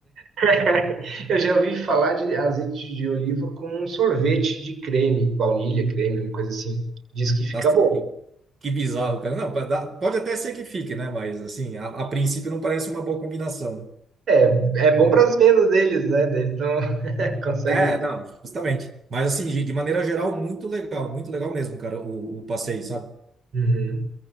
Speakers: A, on the right; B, on the right.
A: <laughs> Eu já ouvi falar de azeite de oliva com um sorvete de creme, baunilha, creme, uma coisa assim. Diz que fica
B: Nossa,
A: bom.
B: que, que bizarro, cara. Não, dá- pode até ser que fique, né? Mas, assim, a, a princípio não parece uma boa combinação, né?
A: É, é bom para as vendas deles, né? Daí Eles não <laughs> conseguem.
B: É, não, justamente. Mas assim, de de maneira geral, muito legal, muito legal mesmo, cara, o, o passeio, sabe?
A: Uhum.